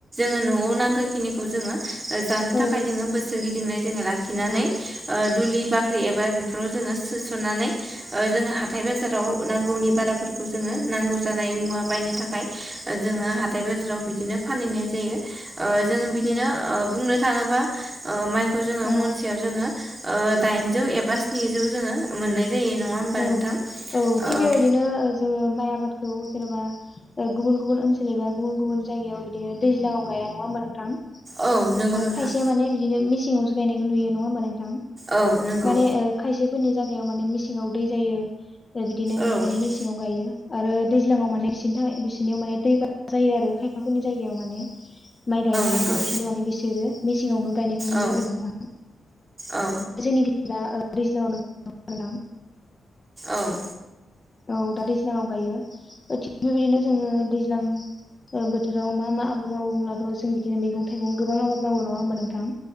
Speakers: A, on the right; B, on the left.
A: जोङो न'आव नांगो खिनि खौ जोङो ओ जानो
B: औ
A: थाखाय जोङो बोसोर गिदिंनाय जोङो लाखिनानै
B: औ
A: दुलि बाख्रि एबा बेफोराव जोङो सोस'नानै जोङो हाथाय बाजाराव नांगौनि बाराफोरखौ जोङो नांगौ जानाय मुवा बायनो थाखाय जोङो हाथाय बाजाराव बिदिनो फानहैनाय जायो ओ जोङो बिदिनो
B: औ
A: ओ बुंनो थाङोबा ओ माइखौ जोङो
B: औ
A: मनसेयाव जोङो दाइनजौ एबा स्निजौ जोङो मान्नाय जायो होमबा
B: औ औ
A: नोंथां
B: थिग
A: ओ
B: बेबायदिनो जोङो माइ आबादखौ जेनेबा गुबुन गुबुन ओनसोल एबा गुबुन गुबुन जायगायाव बिदिनो दैज्लाङाव गाया नङा होमबा नोंथां। ओ
A: औ नंगौ नोंथां
B: खायसेया माने बिदिनो मेसेङावसो गायनायखौ नुयो नङा होनोमबा नोंथां।
A: औ नंगौ
B: माने ओ खायसेफोरनि जायगायाव माने मेसेङाव दै जायो। ओ बिदिनो बेनिखायनो
A: औ
B: मेसेङाव गायो। आरो दैज्लाङाव माने बिसोरनि थाखाय बिसोरनियाव माने दैबा जायो आरो खायफाफोरनि जायगायाव माने। माइ गायनो
A: नंगौ
B: हाया बेनिखायनो माने बिसोरो मेसेङावनो गायनायखौ नुयो
A: औ
B: आरो नोंथां।
A: औ।
B: जोंनिखैजा ओ दैज्लांयावनो गायो नोंथां।
A: औ।
B: औ दा दैज्लाङाव गायो, थिग बेबायदिनो जोङो दैज्लां ओ बोथोराव मा मा आबाद मावो बुंब्लाथ' जों बिदिनो मैगं थाइगं गोबां आबाद मावो नङा होनोमबा नोंथां।